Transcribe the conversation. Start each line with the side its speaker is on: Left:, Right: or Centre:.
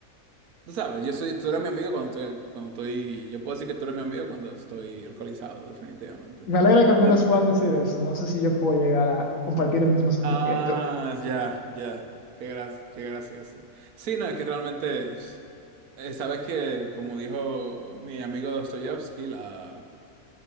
Right: Tú sabes, yo soy, tú eres mi amigo cuando estoy, cuando estoy, yo puedo decir que tú eres mi amigo cuando estoy alcoholizado, definitivamente.
Left: Me alegra que al menos
Right: De-
Left: puedas decir eso, no sé si yo puedo llegar a compartir el mismo sentimiento.
Right: Ah, ya, ya, qué gra- qué gracioso. Sí, no, es que realmente, es- eh, sabes que, como dijo mi amigo Dostoyevsky, la,